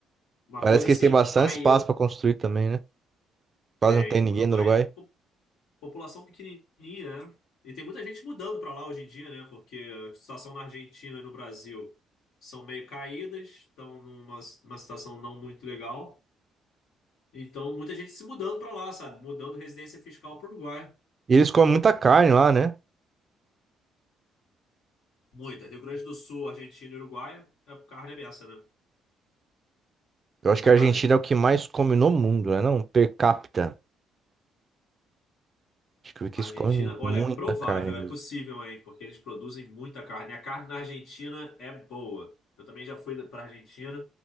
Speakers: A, on the left; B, on the right.
A: uma
B: Parece
A: coisa
B: que
A: assim,
B: eles têm bastante
A: praião.
B: espaço pra construir também, né? Quase
A: Tem.
B: não tem ninguém
A: Uruguai,
B: no Uruguai.
A: População pequenininha, né? E tem muita gente mudando para lá hoje em dia, né? Porque a situação na Argentina e no Brasil são meio caídas, estão numa, numa situação não muito legal. Então, muita gente se mudando para lá, sabe? Mudando residência fiscal para o Uruguai.
B: E eles comem muita carne lá, né?
A: Muita. Rio Grande do Sul, Argentina e Uruguai, é carne é beça, né? Muita
B: Eu acho que a
A: carne.
B: Argentina é o que mais come no mundo, né? Não, per capita. Acho que
A: A
B: eles
A: Argentina,
B: comem
A: olha,
B: muita
A: é provável,
B: carne mesmo.
A: é possível, hein? Porque eles produzem muita carne. A carne na Argentina é boa. Eu também já fui pra Argentina,